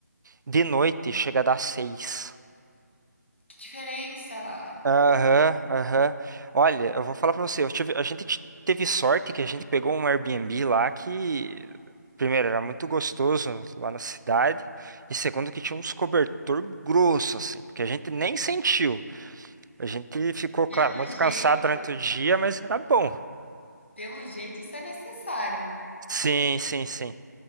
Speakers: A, on the right; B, on the left.
A: De noite chega a dar 6.
B: que diferença!
A: Aham, aham. Olha, eu vou falar pra você, eu tive, a gente t- teve sorte que a gente pegou um Airbnb lá que, primeiro, era muito gostoso lá na cidade, e segundo, que tinha uns cobertor grosso, assim, porque a gente nem sentiu. A gente ficou, claro,
B: Pelo
A: muito
B: jeito
A: cansado durante o dia, mas era bom.
B: pelo jeito isso é necessário.
A: Sim, sim, sim.